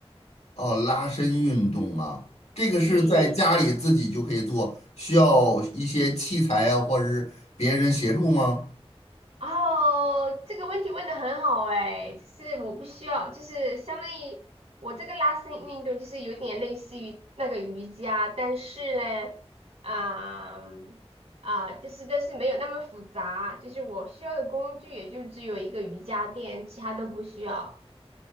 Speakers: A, on the left; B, on the right.
A: 哦，拉伸运动啊，这个是在家里自己就可以做，
B: 对，
A: 需要一些器材啊，或者是别人协助吗？
B: 哦，这个问题问的很好哎，就是我不需要，就是相当于我这个拉伸运动，就是有点类似于那个瑜伽，但是呢，啊、啊、就是但是没有那么复杂，就是我需要的工具也就只有一个瑜伽垫，其他都不需要。